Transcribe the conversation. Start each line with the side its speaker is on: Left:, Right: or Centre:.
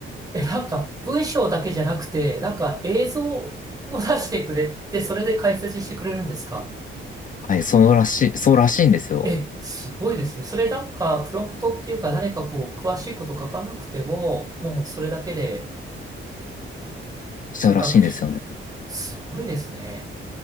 Right: え、なんか文章だけじゃなくて、なんか映像を出してくれて、それで解説してくれるんですか
Left: はい、そうらしい、そうらしいんですよ。
Right: え、すごいですね。それなんかプロンプトっていうか何かこう詳しいこと書かなくても、もうそれだけで
Left: ちうらしいんですよね。
Right: そういう学習、すごいですね。